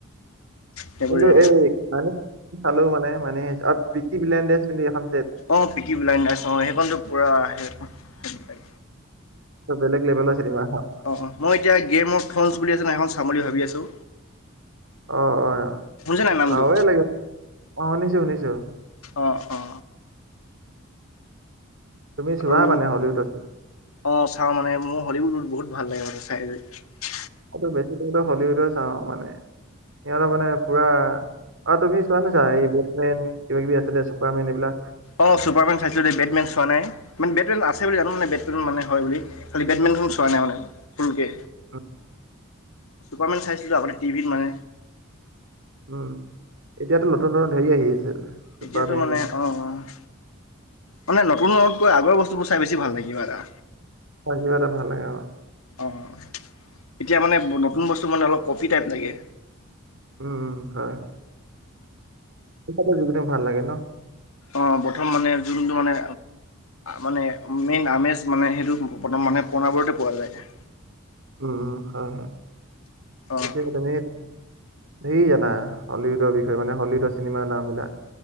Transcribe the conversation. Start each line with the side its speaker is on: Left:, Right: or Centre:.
Left: সেইবোৰে
Right: কিন্তু এই মান চালো মানে মানে প্ৰ বিলডজ কিু এখন।
Left: অ' পিকি বিলাই নাইছ অ' সেইখনতো পুৰাব।
Right: বেলেগ লেভেলৰ চিনেমা। এখন
Left: অ' অ' মই এতিয়া গেম অ' ফছ বুলি আছে ন এখন চাম বুলি ভাবি আছোঁ?
Right: অ' অ'
Left: শুনিছে নাই নামটো
Right: বাউএ লাগে অ' শুনিছো শুনিছো?
Left: অ' অ'
Right: তুমি চোৱা
Left: আৰু
Right: মানে হলিউডছ।
Left: অ' চাওঁ মানে মোৰ হলীউডত বহুত ভাল লাগে মানে চাই।
Right: এইটো বেছি হলিউডো চাওঁ মানে সিহঁতৰ মানে পুৰা। অ' তুমি চোৱা নাছা এই ব্লেকমেন কিবা কিবি আছিল চুপাৰমেন এইবিলাক?
Left: অ' চুপাৰমেন চাইছিলো বেটমেন চোৱা নাই মানে বেটমে আছে বুলি জানো মানে বেট মানে হয় বুলি বেটমেন। ধ চোৱা নাই মানে সেনকে।
Right: অ'
Left: কমেণ্ চাইছিলোঁ আপোনাৰ টিভিত মানে।
Right: উম এতিয়াতো নতুন নতুন হেৰি আহি আছিল? চুপাৰমেন
Left: এতিয়াতো মানে অ' অ' মানে নতুনতকৈ আগৰ বস্তুবোৰ চাই বেছি ভাল লাগে কিবা এটা।
Right: কিবা এটা ভাল লাগে মাৰ।
Left: অঁ এতিয়া মানে নতুন বস্তু মানে অলপ কফি টাইপ লাগে।
Right: উম হয় হয় যোগ ভাল লাগে ন।
Left: অ প্ৰথম মানে যোনটো মানে। মানে মেইন আমেজ মানে সেইটো মানে পণাবোৰতে পোৱা যায়।
Right: উম হয় হয়
Left: অঁ
Right: এতিয়টো। ধেৰি জানা হলীউডৰ বিষয়ে মানে হলীউডৰ চিনেমাৰ নামবিলাক।